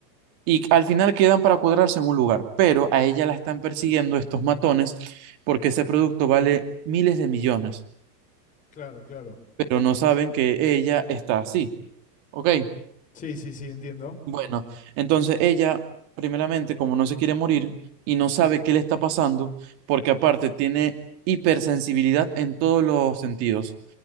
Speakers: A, on the right; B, on the left.
A: Y al final quedan para cuadrarse en un lugar, pero a ella la están persiguiendo estos matones porque ese producto vale miles de millones,
B: claro, claro,
A: pero no saben que ella está así. ¿Ok?
B: sí, sí, sí, entiendo,
A: Bueno, entonces ella, primeramente, como no se quiere morir y no sabe qué le está pasando, porque aparte tiene hipersensibilidad en todos los sentidos.